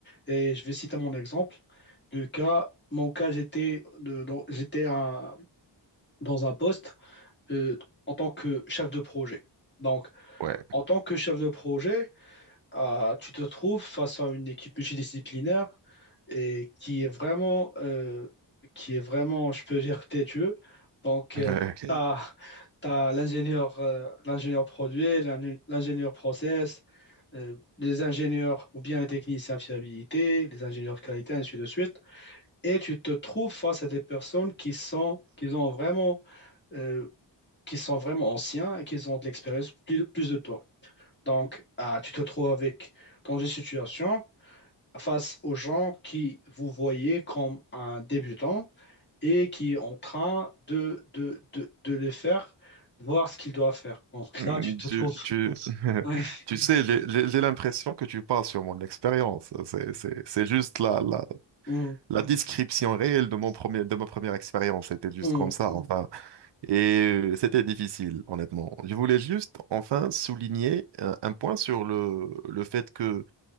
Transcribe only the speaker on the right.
ouais.
<laughs>
ouais.
Mm,
Tu,
tu, <laughs>
tu sais, j'ai j'ai- j'ai l'impression que tu parles sur mon expérience. C'est, c'est, c'est juste la, la,
la description réelle de mon premier, de ma première expérience. C'était juste
comme ça, enfin. Et euh, c'était difficile, honnêtement. Je voulais juste, enfin, souligner euh, un point sur le, le fait que